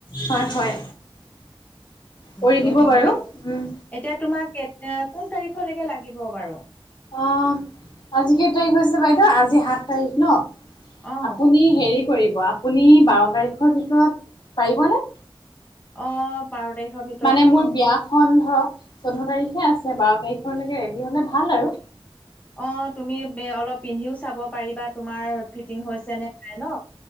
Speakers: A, on the left; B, on the left.
A: হয়, হয় কৰি
B: ত'
A: দিব
B: সেনেকে
A: বাৰু, উম।
B: এতিয়া তোমাক কেত্ এ কোন তাৰিখলৈকে লাগিব বাৰু?
A: অঁ, আজি কেইতাৰিখ হৈছে বাইদেউ। আজি সাত তাৰিখ ন'?
B: অ
A: আপুনি হেৰি কৰিব, আপুনি বাৰ তাৰিখৰ ভিতৰত পাৰিব নে?
B: অঁ বাৰ তাৰিখৰ ভিত্
A: মানে মোৰ বিয়াখন ধৰক চৈধ্য তাৰিখে আছে, বাৰ তাৰিখলৈকে ৰেডী হ'লে ভাল আৰু।
B: অঁ তুমি বে অলপ পিন্ধিও চাব পাৰিবা তোমাৰ ফিটিং হৈছে নে নাই ন '?